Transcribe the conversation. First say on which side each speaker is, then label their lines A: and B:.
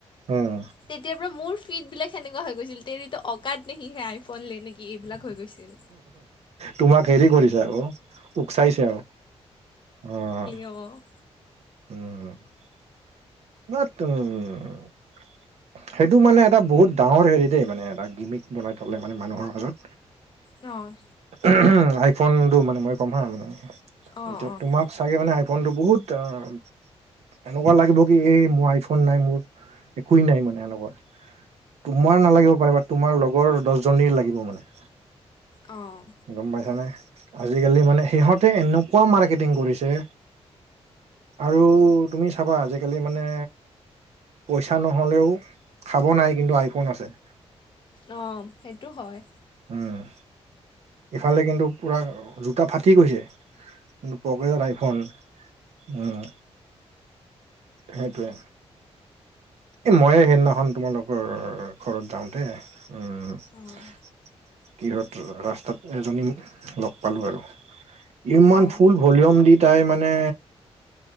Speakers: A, on the right; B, on the left.
A: উম,
B: তেতিয়াৰ পৰা মোৰ ফিড বিলাক সেনেকুৱা হৈ গৈছিল তেৰি ত' অকাত নেহিহে আইফোন লে নেকি এইবিলাক হৈ গৈছিল
A: তোমাক হেৰি কৰিছে আকৌ উকচাইছে আৰু অ',
B: অ',
A: উম, মাত, উম, সেইটো মানে এটা বহুত ডাঙৰ হেৰি দেই, মানে এটা গিমিক বনাই থ'লে মানে মানুহৰ মাজত।
B: অ',
A: উম, হুম, আইফোনটো মানে, মই কম হা মানে
B: অঁ
A: এতিয়া
B: অঁ
A: তোমাক
B: কোৱা
A: চাগে মানে আইফোনটো বহুত অ', এনেকুৱা লাগিব কি এ মোৰ আইফোন নাই মোৰ, একোৱেই নাই মানে, এনেকুৱা। তোমাৰ নালাগিব পাৰে বা তোমাৰ লগৰ দশজনীৰ লাগিব মানে।
B: অ',
A: গম পাইছানে? আজিকালি মানে, সিহঁতে এনেকুৱা মাৰ্কেটিং কৰিছে আৰু তুমি চাবা, যে আজিকালি মানে, পইচা নহ'লেও খাব নাই, কিন্তু আইফোন আছে।
B: অ', সেইটো হয়।
A: উম, ইফালে কিন্তু পুৰা জোতা ফাটি গৈছে কিন্তু পকেটত আইফোন, উম, সেইটোৱে। এ' মইয়ে সেইদিনাখন তোমালোকৰ ঘৰত যাওঁতে, উম
B: অঁ
A: কিহত ৰাস্তাত এজনী লগ পালোঁ আৰু। ইমান
B: অঁ
A: ফুল ভলিউম দি তাই মানে